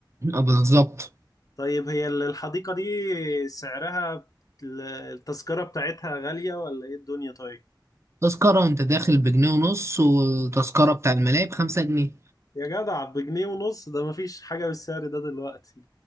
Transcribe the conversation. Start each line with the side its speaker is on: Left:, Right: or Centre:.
Right: آه، بالظبط
Left: طيب هي ال- الحديقة دي سعرها ال- التذكرة بتاعتها غالية ولا إيه الدنيا طيب؟
Right: تذكرة انت داخل بجنيه ونص والتذكرة بتاع الملاهي بخمسة جنيه
Left: يا جدع بجنيه ونص ده مفيش حاجة بالسعر ده دلوقتي